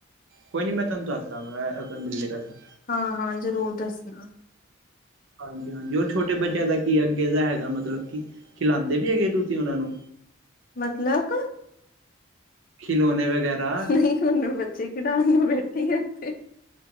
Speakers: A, on the right (about 65°); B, on the left (about 40°).
A: ਕੋਈ ਨੀ ਮੈਂ ਤੁਆਨੂੰ ਦੱਸ ਦਾਂਗਾ ਆ ਬਿੱਲੇ ਘਰ ਤਾਂ
B: ਹਾਂ-ਹਾਂ ਜ਼ਰੂਰ ਦੱਸਨਾ।
A: ਹਾਂਜੀ-ਹਾਂਜੀ ਓ ਛੋਟੇ ਬੱਚਿਆਂ ਦਾ ਕੀ ਅੱਗੇ ਦਾ ਹੈਗਾ ਮਤਲਬ ਕੀ ਖਿਲਾਂਂਦੇ ਨੀ ਹੈਗੇ ਤੁਸੀਂ ਓਨਾਂ ਨੂੰ।
B: ਮਤਲਬ
A: ਖਿਲੋਨੇ ਵਗੈਰਾ
B: ਨਈਂ ਹੁਨ ਮੈਂ ਬੱਚੇ ਖਿਡਾਨ ਨੂੰ ਬੈਠੀ ਆਂ ਏਥੇ।